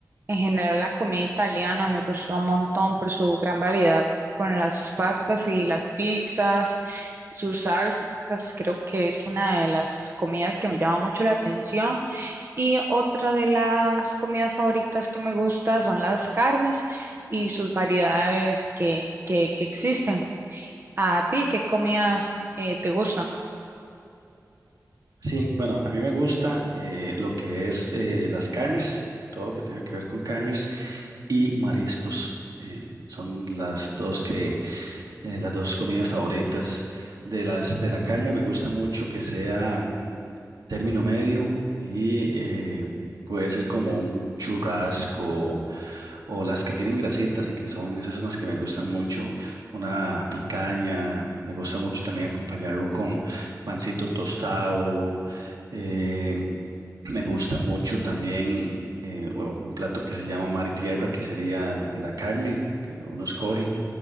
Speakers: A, on the right; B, on the right.
A: En general, la comida italiana me gusta un montón por su gran variedad con las pastas y las pizzas, sus salsas. Creo que es una de las comidas que me llama mucho la atención. Y otra de las comidas favoritas que me gusta son las carnes y sus variedades que, que, que existen. ¿A ti qué comidas eh, te gustan?
B: Sí, bueno, a mí me gusta eh, lo que es eh, las carnes, todo lo que tenga que ver con carnes. y mariscos. Eh, son las dos que, eh, las dos comidas favoritas. De las, de la carne me gusta mucho que sea término medio y eh, puede ser como un churrasco o las que tienen grasitas y que son esas son las que me gustan mucho. Una picaña, me gusta mucho también acompañarlo con pancito tostado. eh, me gusta mucho también eh, o un plato que se llama mar y tierra, que sería la carne que uno escoge.